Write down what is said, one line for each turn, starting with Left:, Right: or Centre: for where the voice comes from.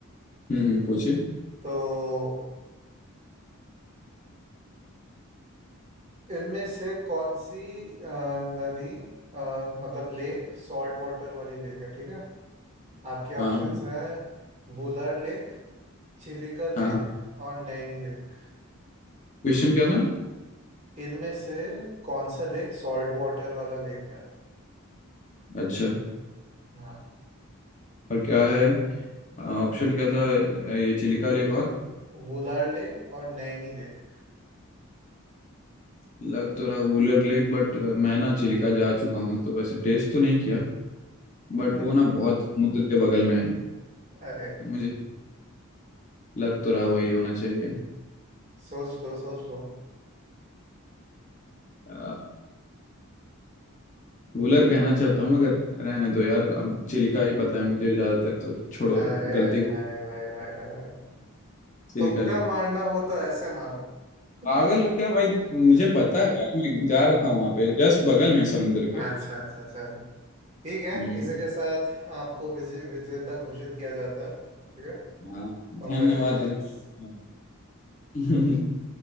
Left: हम्म हम्म, पूछिए
Right: तो इनमें से कौन सी अ, नदी अ, मतलब लेक सॉल्ट वाटर वाली लेक है ठीक है आपके ऑप्शंस
Left: हाँ
Right: हैं वुलर लेक चिलिका लेक
Left: हाँ हाँ
Right: और नैनी लेक
Left: क्वेश्चन क्या था
Right: इनमें से कौन सा लेक सॉल्ट वाटर वाला लेक है
Left: अच्छा
Right: हाँ
Left: और क्या है ऑप्शन क्या था अ, ये
Right: ए-
Left: चिलिका लेक और
Right: वुलर लेक और नैनी लेक
Left: लग तो रहा वुलर लेक बट मैं ना चिलिका जा चुका हूँ तो वैसे टेस्ट तो नहीं किया बट
Right: <laughs>
Left: वो ना बहुत समुद्र के बगल में है
Right: अरे
Left: मुझे लग तो रहा वही होना चाहिए
Right: सोच लो सोच लो
Left: अ, वुलर कहना चाहता हूँ मगर रहने दो यार अब चिलिका ही पता है मुझे ज्यादातर तो छोड़ो
Right: अरे
Left: गलती हो
Right: भाई भाई भाई भाई भाई भाई।
Left: चिलिका
Right: तुक्का
Left: लेके
Right: मारना हो तो ऐसे मारो <laughs>
Left: पागल हो क्या भाई मुझे पता है यार, मैं जा रखा हूँ वहां पे जस्ट बगल में है समुद्र
Right: अच्छा
Left: के
Right: अच्छा चलो ठीक है
Left: हम्म
Right: इसी के साथ आपको विजे, विजेता घोषित किया जाता है ठीक है
Left: हाँ
Right: कॉन्ग्रेचुलेशंस
Left: धन्यवाद धन्यवाद <laughs>